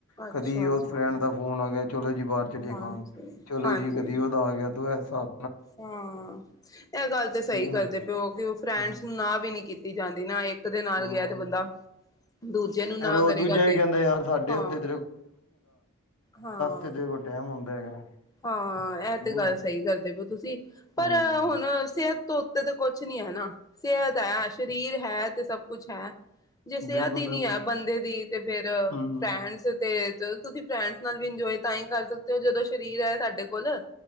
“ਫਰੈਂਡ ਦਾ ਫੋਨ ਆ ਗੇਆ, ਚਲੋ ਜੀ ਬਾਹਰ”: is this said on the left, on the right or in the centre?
Left